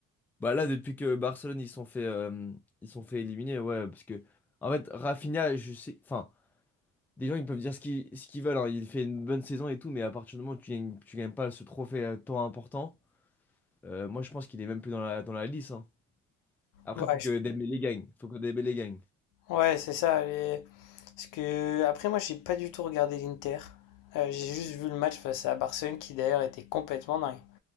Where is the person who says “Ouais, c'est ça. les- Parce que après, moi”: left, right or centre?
Left